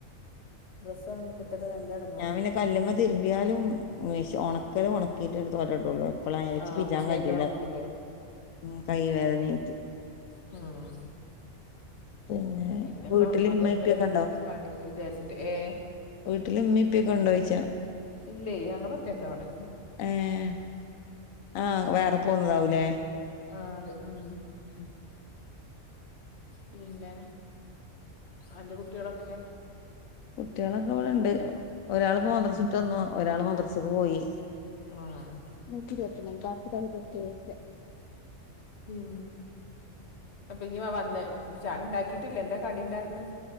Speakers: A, on the left; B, on the left.
A: ഡ്രസ്സ് ഒണങ്ങി കിട്ടൽ നല്ല എട
B: ഞാൻ പിന്നെ കല്ലുമ്മൽ തിരുമ്പിയാലും മെഷി ഒണകൽ ഒണക്കിട്ട് തോരൊഇടോള്ളും അപ്പള് ഞാൻ
A: ആഹ്
B: വിചാരിച്ചു
A: മിഷീനില്
B: <unintelligible> പറ്റൂലാന്ന്
A: ഒണക്കൂല്ലേ
B: ഉം കൈ വേദന ആയിട്ട്
A: ആ
B: പിന്നെ
A: പിന്നെപ്പോ
B: വീട്ടില്
A: അതൊള്ളാലോ
B: ഇമ്മ ഇപ്പിയൊക്കെ
A: ഇപ്പോരു പണീന്ന് വിചാരിച്ചിട്ട് ഏ
B: വീട്ടിൽ ഉമ്മി ഉപ്പഒകെ ഇണ്ടോയ്ച്ച
A: ഇല്ലേ ഞങ്ങള് ഒറ്റകാ ഇവടെ
B: ഏഹ് ആഹ് വേറെ പോന്നതാവുല്ലേ
A: ആഹ് അത് ഉം
B: ഏഹേ
A: പിന്നെ അന്റെ കുട്യോളൊക്കെ?
B: കുട്ട്യോളൊക്കെവ്ടെണ്ട് ഒരാള്പ്പോ മദ്രസുട്ടന്നു
A: ആഹ്
B: ഒരാള് മദ്രസ് ത്ത്ക്ക്പോയി
A: ആഹ്
B: നൂറ്റി ഇരുപത്തിമൂന്ന് ബാക്കി ദാ ഇര്പത്തേഴ്
A: ഉം അപ്പഞ്ഞ് <unintelligible> ചായണ്ടാക്കിട്ടില്ല എന്താ കടിണ്ടാക്ക്ണെ?